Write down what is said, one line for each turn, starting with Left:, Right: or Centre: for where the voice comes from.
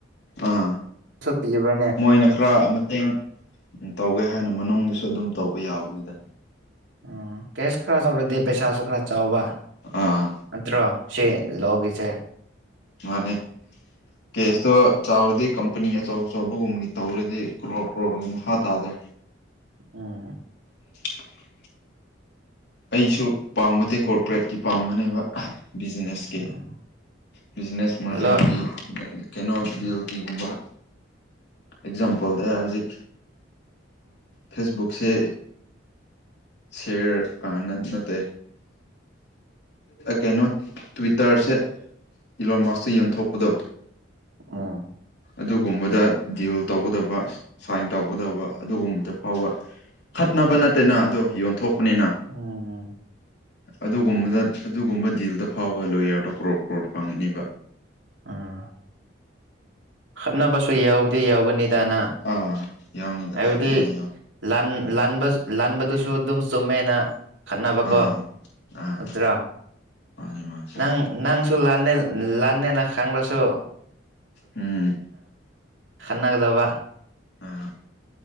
Left: ꯑꯥ
Right: ꯄꯤꯕ꯭ꯔꯅꯦ
Left: ꯃꯣꯏꯅ ꯈꯔ ꯃꯇꯦꯡ ꯎꯝ ꯇꯧꯒꯦ ꯍꯥꯏꯅ ꯃꯅꯨꯡꯁꯨ ꯑꯗꯨꯝ ꯇꯧꯕ ꯌꯥꯕꯅꯤꯗ
Right: ꯎꯝ ꯀꯦꯁ ꯈꯔ ꯇꯧꯔꯗꯤꯦ ꯄꯩꯁꯥꯁꯨ ꯈꯔ ꯆꯥꯎꯕ
Left: ꯑꯥ
Right: ꯅꯠꯇ꯭ꯔꯣ ꯁꯤ ꯂꯒꯤꯁꯦ
Left: ꯃꯥꯅꯦ ꯀꯦꯁꯇꯣ ꯆꯥꯎꯔꯗꯤ ꯀꯝꯄꯅꯤ ꯑꯆꯧ ꯑꯆꯧꯕꯒꯨꯝꯒꯤ ꯇꯧꯔꯗꯤ ꯀ꯭ꯔꯣꯔ ꯀ꯭ꯔꯣꯔꯣꯔꯒꯤ ꯃꯈꯥ ꯇꯥꯗꯦ
Right: ꯎꯝ
Left: <unintelligible> ꯑꯩꯁꯨ ꯄꯥꯝꯕꯗꯤ ꯀꯣꯔꯄꯔꯦꯠꯀꯤ ꯄꯥꯝꯕꯅꯦꯕ ꯕꯤꯖꯤꯅꯦꯁꯀꯤ
Right: ꯎꯝ
Left: ꯕꯤꯖꯤꯅꯦꯁ ꯃꯥꯖꯔꯒꯤ
Right: ꯂꯣ
Left: ꯀꯩꯅꯣ
Right: ꯎꯝ
Left: ꯗꯤꯜꯒꯤꯒꯨꯝꯕ ꯑꯦꯛꯖꯥꯝꯄꯜꯗ ꯍꯧꯖꯤꯛ ꯐꯦꯁꯕꯨꯛꯁꯦ ꯁꯤꯌꯔ ꯅꯠꯇꯦ ꯀꯩꯅꯣ ꯇ꯭ꯋꯤꯇꯔꯁꯦ ꯏꯂ ꯃꯥꯛꯁꯇ ꯌꯦꯟꯊꯣꯛꯄꯗꯣ
Right: ꯎꯝ
Left: ꯑꯗꯨꯒꯨꯝꯕꯗ ꯗꯤꯜ ꯇꯧꯒꯗꯕ ꯁꯥꯏꯟ ꯇꯧꯒꯗꯕ ꯑꯗꯨꯒꯨꯝꯕꯗ ꯐꯥꯎꯕ ꯈꯠꯅꯕ ꯅꯠꯇꯦꯅ ꯑꯗꯣ ꯌꯣꯟꯊꯣꯛꯄꯅꯤꯅ
Right: ꯑꯣꯝ ꯎꯝ
Left: ꯑꯗꯨꯒꯨꯝꯕꯗ ꯑꯗꯨꯒꯨꯝꯕ ꯗꯤꯜꯗ ꯐꯥꯎꯕ ꯂꯣꯣꯌꯔꯗꯣ ꯀ꯭ꯔꯣꯔ ꯀ꯭ꯔꯣꯔ ꯐꯪꯉꯅꯤꯕ
Right: ꯑꯝ ꯈꯠꯅꯕꯁꯨ ꯌꯥꯎꯗꯤ ꯌꯥꯎꯒꯅꯤꯗꯅ
Left: ꯑꯥ ꯌꯥꯎꯅꯤꯗ
Right: ꯍꯥꯏꯕꯗꯤ
Left: ꯁꯣꯏꯗꯅ ꯌꯥꯎ
Right: ꯂꯥꯟ ꯂ ꯂꯟꯥꯟꯕꯗꯨꯁꯨ ꯑꯗꯨꯝ ꯆꯨꯝꯃꯦꯅ ꯈꯠꯅꯕꯀꯣ
Left: ꯑꯥ ꯑꯥ
Right: ꯅꯠꯇ꯭ꯔꯣ
Left: ꯃꯥꯅꯤ ꯃꯥꯅꯤ
Right: ꯅꯪ ꯅꯪ ꯂꯅꯦ ꯂꯅꯦ ꯅ ꯈꯥꯡ꯭ꯔꯁꯨ
Left: ꯎꯝ
Right: ꯈꯅꯥꯒꯗꯕ
Left: ꯑꯥ